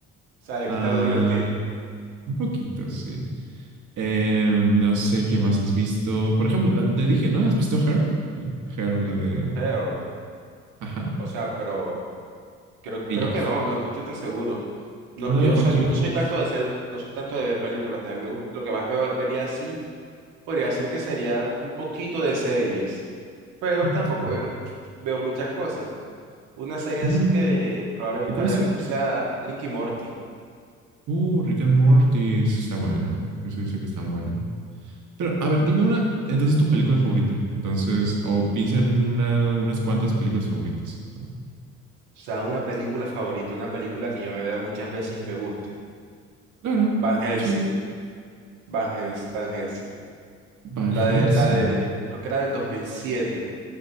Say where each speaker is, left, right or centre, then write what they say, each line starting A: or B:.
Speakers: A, on the right; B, on the right.
A: o sea, le
B: Ah,
A: quita lo divertido.
B: un poquito, sí. Eh, no sé qué más has visto. Por ejemplo, te dije, ¿no? ¿Has visto Her? Her, la de.
A: Pero,
B: Ajá,
A: o sea, pero creo,
B: ella.
A: creo que no, no, no estoy tan seguro. No,
B: Una
A: yo,
B: de Joaquín
A: so- yo
B: Phoenix.
A: no soy tanto de ser, no soy tanto de ver películas. También me gusta, lo que más veo, vería así, podría decir que sería un poquito de series, pero
B: Ok.
A: tampoco veo, veo muchas cosas. Una serie
B: Mm,
A: así que probablemente
B: ¿Y cuál
A: haya
B: es
A: visto
B: el.?
A: sea Ricky Morty.
B: Uh, Rick and Morty. Esa Está buena. Eso dice que está buena. Pero, a ver, dime una. Entonces, tu película favorita. Entonces, o piensa en una, unas cuantas películas favoritas.
A: O sea, una película favorita, una película que yo me vea muchas veces y me guste.
B: Claro,
A: Van Helsing,
B: sí.
A: Van Hels- Van Helsing.
B: Van
A: La
B: Helsing.
A: de, la del, creo que era del 2007,